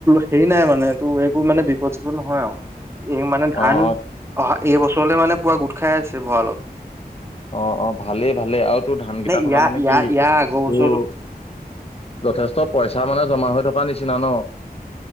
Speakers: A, on the right (about 15°); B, on the left (about 40°).
A: হেৰি নাই মানে তটো একো মানে বিপদ, চিপদ নহয় আৰু এই মানে ধান
B: অ অ
A: অহা এইবছৰলৈ মানে পুৱা গোট খাই আছে, ভঁৰালত।
B: অ', অ', ভালেই, ভালেই আৰু তোৰ ধান কেইটা থকা
A: ইয়াৰ
B: মানে
A: ইয়াৰ
B: কি
A: ইয়াৰ আগৰ বছৰটো
B: তোৰ যথেষ্ট পইচা মানে জমা হৈ থকা নিচিনা ন।